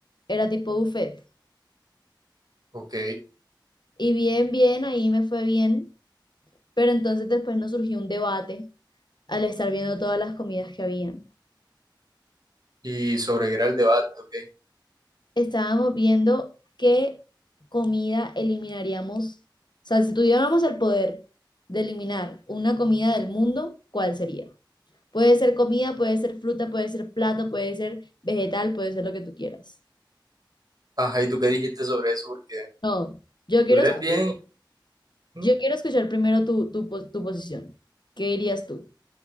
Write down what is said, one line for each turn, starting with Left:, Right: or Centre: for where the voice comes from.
Left: era tipo buffet.
Right: Ok.
Left: Y bien, bien, ahí me fue bien, pero entonces después nos surgió un debate al estar viendo todas las comidas que habían.
Right: ¿Y sobre qué era el debate? Ok.
Left: Estábamos viendo qué comida eliminaríamos, o sea, si tuviéramos el poder de eliminar una comida del mundo, ¿cuál sería? Puede ser comida, puede ser fruta, puede ser plato, puede ser vegetal, puede ser lo que tú quieras.
Right: Ajá, ¿y tú qué dijiste sobre eso? Porque
Left: No, yo quiero,
Right: tú eres bien. ¿Mm?
Left: yo quiero escuchar primero tu, tu, pos- tu posición. ¿Qué dirías tú?